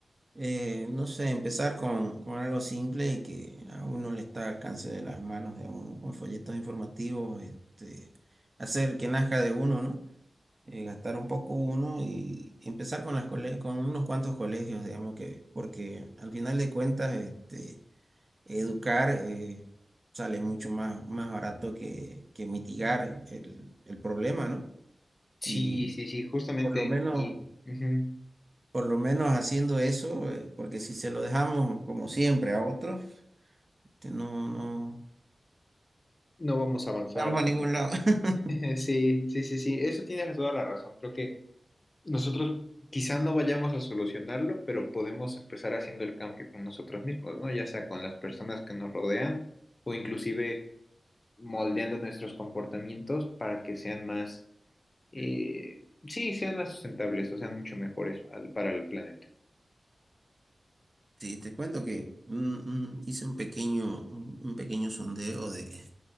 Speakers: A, on the right; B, on the left.
A: Eh, no sé, empezar con, con algo simple y que a uno le está al alcance de las manos, digamos, ¿no? Con folletos informativos, este, hacer que nazca de uno, ¿no? Eh, gastar un poco uno y empezar con las cole- con unos cuantos colegios, digamos que, porque al final de cuentas, este, educar eh, sale mucho más, más barato que, que mitigar el, el problema, ¿no?
B: Sí,
A: Y
B: sí, sí, justamente.
A: por lo menos
B: Y ujú,
A: por lo menos haciendo eso, eh, porque si se lo dejamos como siempre a otros, este, no, no
B: no vamos a avanzar,
A: vamos
B: ¿no?
A: a ningún lado. <laughs>
B: <laughs> Sí, sí, sí, sí. Eso tienes toda la razón. Creo que nosotros quizás no vayamos a solucionarlo, pero podemos empezar haciendo el cambio con nosotros mismos, ¿no? Ya sea con las personas que nos rodean o inclusive moldeando nuestros comportamientos para que sean más, eh, sí, sean más sustentables o sean mucho mejores al- para el planeta.
A: Sí, te cuento que mm, mm, hice un pequeño, un un pequeño sondeo de,